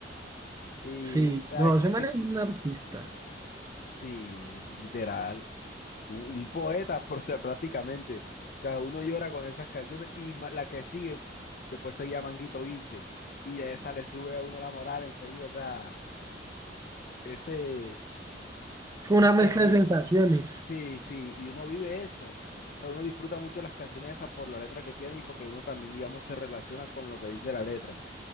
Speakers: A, on the left (about 50°); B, on the right (about 20°).
A: Y,
B: Sí,
A: o sea,
B: no,
A: es,
B: ese man
A: es
B: es un artista.
A: Sí, literal. Un, un poeta prota- prácticamente. O sea, uno llora con esas canciones y ma- la que sigue después se llama Manguito Biche y a esa le sube a uno la moral enseguida. O sea, ese,
B: Es como
A: ese
B: una mezcla
A: ritmo.
B: de sensaciones.
A: Sí, sí, y uno vive eso. O sea, uno disfruta mucho las canciones esas por la letra que tiene y porque uno también, digamos, se relaciona con lo que dice la letra.